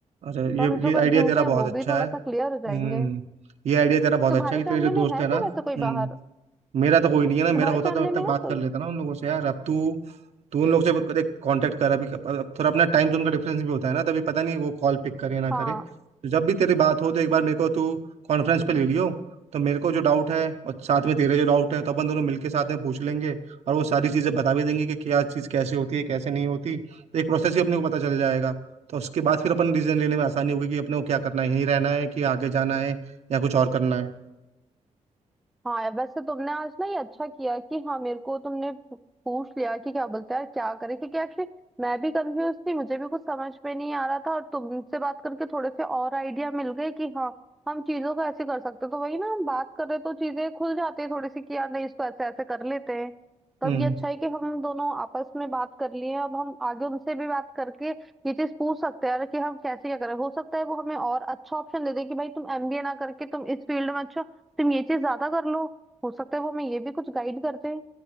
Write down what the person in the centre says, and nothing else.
तो
हम जो
कंफ्यूज
है
वो
भी थोड़ा
सा क्लियर
हो जाएंगे
तुम्हारे
जानने
में है
क्या
वैसे कोई बाहर
तुम्हारे
जानने
में
है
कोई
हाँ
हाँ यार वैसे तुमने आज ना ये अच्छा किया कि हाँ मेरे को तुमने पू- पूछ लिया कि क्या बोलते हैं यार क्या करें क्योंकि एक्चुअली मैं भी कंफ्यूज थी मुझे भी कुछ समझ में नहीं आ रहा था और तुमसे बात करके थोड़े से और आइडिया मिल गए कि हाँ हम चीजों को ऐसे कर सकते हैं। तो वही ना हम बात कर रहे तो चीजें खुल जाती है थोड़ी सी कि यार नहीं इसको ऐसे ऐसे कर लेते हैं तब
ये अच्छा है कि हम दोनों आपस में बात कर लिए अब हम आगे उनसे भी बात करके ये चीज पूछ सकते हैं यार कि हम कैसे क्या करें हो सकता है वो हमें और अच्छा ऑप्शन दे दे कि भाई तुम एमबीए ना करके तुम इस फील्ड में अच्छा तुम ये चीज ज्यादा कर लो हो सकता है वो हमें ये भी कुछ गाइड कर दें